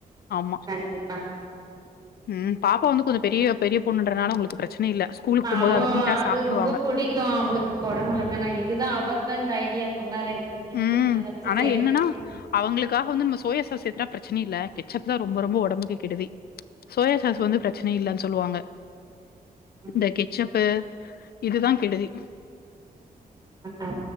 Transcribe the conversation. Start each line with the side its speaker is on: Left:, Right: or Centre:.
Left: ஆமா.
Right: கண்டிப்பா
Left: ம் பாப்பா வந்து கொஞ்சம் பெரிய பெரிய பொண்ணுன்றனால உங்களுக்கு பிரச்சனை இல்ல. ஸ்கூலுக்கு போம்போது
Right: அவ
Left: அத நீட்டா
Right: அது
Left: சாப்ட்டுருவாங்க.
Right: ரொம்ப புடிக்கும் அவளுக்கு கொடமொளகானா இதுதான் அவதான் இந்தய ஐடியா சொன்னாலே இப்டி செஞ்சிருங்க
Left: ம்
Right: வச்சுட்டே
Left: ஆனா
Right: இருக்கிறீங்களே
Left: என்னன்னா அவங்களுக்காக வந்து நம்ம சோய சய பிரச்சனை இல்லை கெச்சப் தான் ரொம்ப ரொம்ப உடம்புக்கு கெடுதி சோயா சாஸ் வந்து பிரச்சின இல்லன்னு சொல்லுவாங்க
Right: ம்
Left: இந்த கெச்சப்பு இதுதான் கெடுதி
Right: ஆ